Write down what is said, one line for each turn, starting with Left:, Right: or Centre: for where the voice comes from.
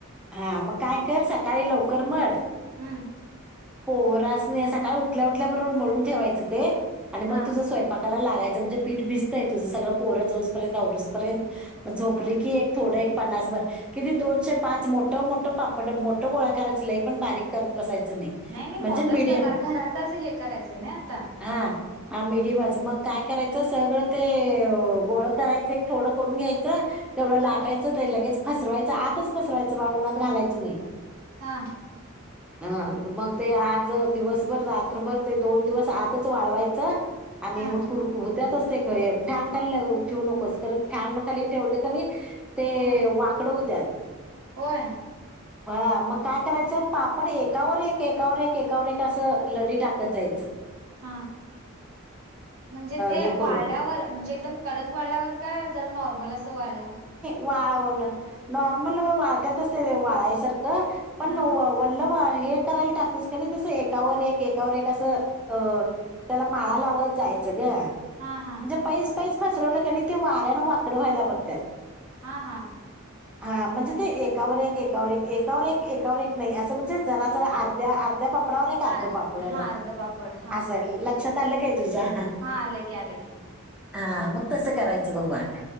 Centre: हा मग काय कर सकाळी लवकर मळ.
Right: हम्म.
Centre: पोरास नी सकाळी उठल्या उठल्याबरोबर मळून ठेवायचं ते आणि मग
Right: हा
Centre: तुझं स्वय पाकाला लागायचं म्हणजे पीठ भिजतंय तुझं सगळ पोरं जऊसपर्यं आवरूसपर्यंत झोपली
Right: होय
Centre: की एक थोडं एक पन्नास भर किती दोनशे पाच मोठं-मोठं पापड मोठं गोळा करायच लई पण बारीक करत बसायचं नाही.
Right: नाही नाही
Centre: म्हणजे
Right: मोठच
Centre: मीडियम
Right: करणार घरातच हे करायचंय ना आता.
Centre: हा, मिडियमच मग काय कराय सगळं ते गोळ करायचं एक थोडं करून घ्यायचं तेवढं लाटाय
Right: हा
Centre: च लगेच पसरवायचं आतच पसरवायच बाळ उनात घालायचं नाही.
Right: हा.
Centre: ह मग ते आज दिवसभर रात्रभर ते दोन दिवस आतच वाळवायच आणि
Right: हा
Centre: मग कुरकु त्यातच ते ख फॅन खाली ल ठेवू नकोस कारण फॅन खाली ठेवलं क नाही ते
Right: हा
Centre: वाकडं हुत्यात.
Right: होय.
Centre: <inaudible> हा मग काय करायचं पापड एकावर एक, एकावर एक, एकावर एक असं लडी टाकत जायचं.
Right: हा, म्हणजे ते
Centre: हे करून
Right: वाळल्यावर म्हणजे एकदम कडंग वाळल्यावर काय जरा नॉर्मल असं वाळल्यावर.
Centre: वाळवण नॉर्मल वाळत्यातच ते वाळायसारखं पण
Right: हा
Centre: वल्ल भार हे करायला टाकतेस क नाही तसं एकावर एक, एकावर एक असं अ त्याला माळा लावत जायचं ग.
Right: हा हा.
Centre: पईस पईस पसरवलं क नाही ते वाऱ्यान वाकडं व्हायला बघत्यात.
Right: हा हा.
Centre: <inaudible> हा म्हणजे ते एकावर एक, एकावर एक, एकावर एक, एकावर एक नाही असं म्हणजे जरा-जरा अर्ध्या अर त्या पापडावर एक
Right: हा
Centre: अर्ध पापड,
Right: हा अर्ध पापड हा
Centre: असं लक्षात आलं काय तुझ्या.
Right: हा आल की आल की.
Centre: हा मग तसं करायचं बघ बाळ.